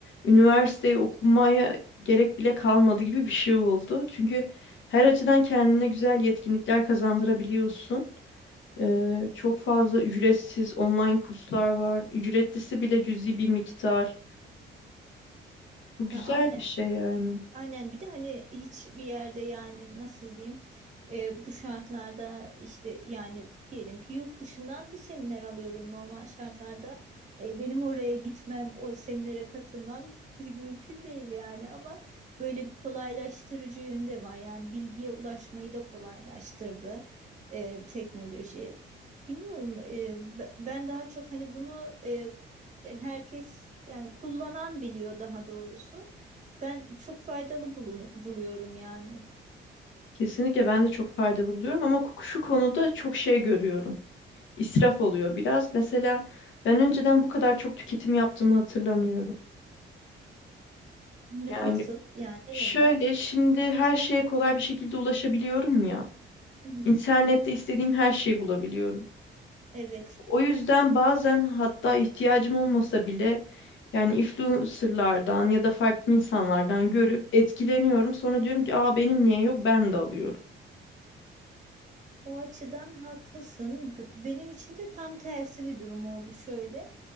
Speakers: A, on the left; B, on the right.
A: üniversiteyi okumaya gerek bile kalmadı gibi bir şey oldu. Çünkü her açıdan kendine güzel yetkinlikler kazandırabiliyorsun. Ee, çok fazla ücretsiz online kurslar var. Ücretlisi bile cüzi bir miktar. Bu güzel
B: E, aynen.
A: bir şey yani.
B: Aynen bir de hani hiçbir yerde yani nasıl diyeyim e, bu şartlarda işte yani diyelim ki yurt dışından bir seminer alıyorum normal şartlarda E, benim oraya gitmem o seminere katılmam mü- mümkün değil yani ama böyle bir kolaylaştırıcı yönde var yani bilgiye ulaşmayı da kolaylaştırdı e, teknoloji. Bilmiyorum. e, be- ben daha çok hani bunu e, herkes yani kullanan biliyor daha doğrusu. Ben çok faydalı bulunu- buluyorum yani.
A: Kesinlikle ben de çok faydalı buluyorum ama şu konuda çok şey görüyorum. israf oluyor biraz. Mesela ben önceden bu kadar çok tüketim yaptığımı hatırlamıyorum.
B: N-
A: Yani
B: nasıl yani ne
A: şöyle
B: yönden?
A: şimdi her şeye kolay bir şekilde ulaşabiliyorum ya.
B: Hı hı.
A: İnternette istediğim her şeyi bulabiliyorum.
B: Evet,
A: O yüzden bazen hatta ihtiyacım olmasa bile yani influencerlardan ya da farklı insanlardan görüp etkileniyorum. Sonra diyorum ki aa benim niye yok ben de alıyorum.
B: o açıdan haklısın. B- benim için de tam tersi bir durum oldu şöyle.